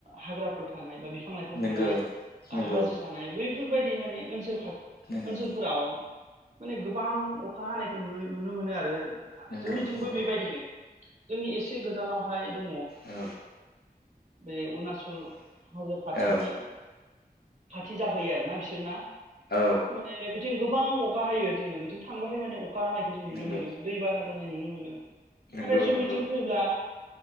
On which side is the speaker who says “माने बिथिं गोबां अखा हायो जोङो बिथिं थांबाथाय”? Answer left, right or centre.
Right